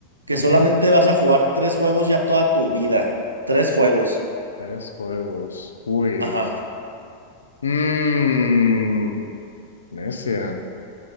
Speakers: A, on the right (about 80°); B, on the left (about 70°).
A: que
B: ujú.
A: solamente vas a jugar tres juegos ya toda tu vida? Tres juegos.
B: Tres juegos. Uy.
A: Ajá.
B: Mmm. Necia.